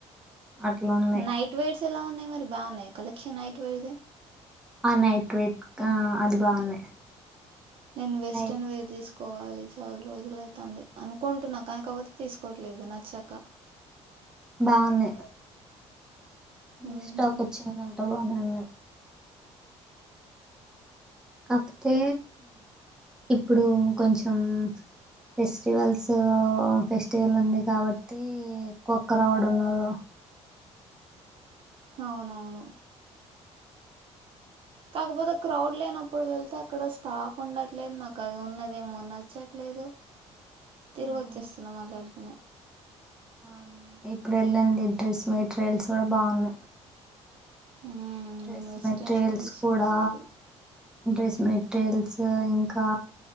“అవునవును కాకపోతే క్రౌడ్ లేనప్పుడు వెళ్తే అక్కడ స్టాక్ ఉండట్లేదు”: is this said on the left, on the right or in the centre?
Right